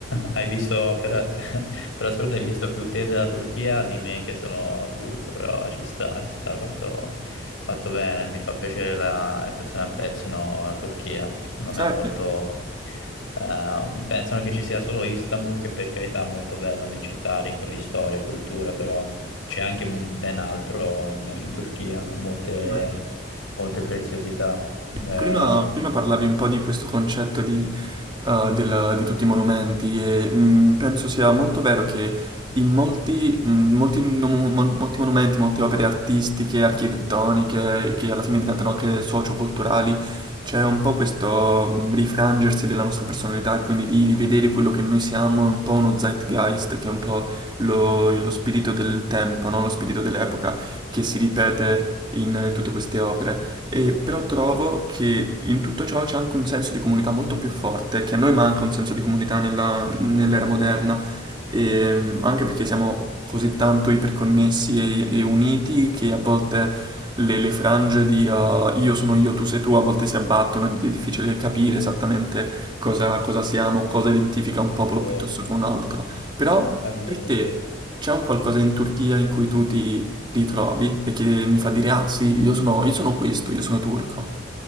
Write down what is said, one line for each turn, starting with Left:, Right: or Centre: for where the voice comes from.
Left: Hai visto, per, <laughs> per assurdo, hai visto più te della Turchia di me che sono turco, però ci sta, ci sta, fatto, fatto bene. Mi fa piacere la- le persone apprezzino la Turchia, che secondo
Right: Certo,
Left: me è molto... ehm, pensano che ci sia solo Istanbul, che per carità è molto bello, è una città ricca di storia e cultura, però c'è anche m- ben altro in, in Turchia, molte,
Right: certo.
Left: molte preziosità. Ehm,
Right: Prima, prima parlavi un po' di questo concetto di eh, del- di tutti i monumenti e mh, penso sia molto vero che in molti, mh, molti nom- mon- molti monumenti, molte opere artistiche, architettoniche, che alla fine diventano anche socioculturali, c'è un po' questo mh, rifrangersi della nostra personalità, e quindi di rivedere quello che noi siamo, un po' uno zeitgeist, che è un po' lo, lo spirito del tempo, no? Lo spirito dell'epoca che si ripete
Left: sì,
Right: in in tutte queste opere. E però trovo che in tutto ciò c'è anche un senso di comunità molto più forte, che a noi manca un senso di comunità nella- nell'era moderna, e, mm, anche perché siamo così tanto iperconnessi e, e uniti che a volte le, le frange di uh, io sono io, tu sei tu, a volte si abbattono, ed è difficile capire esattamente cosa, cosa siamo, cosa identifica un popolo
Left: sì,
Right: piuttosto che un altro. Però
Left: è vero,
Right: per te
Left: è vero. È vero.
Right: c'è un qualcosa in Turchia in cui tu ti ritrovi e che mi fa dire ah sì, io sono, io sono questo, io sono turco.